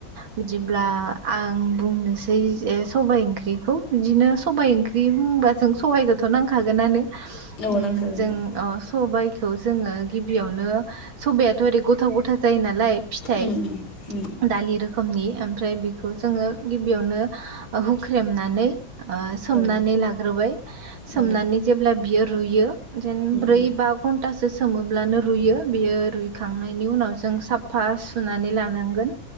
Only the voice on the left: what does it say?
औ
नांखागोन
औ
उम उम
औ
उम
उम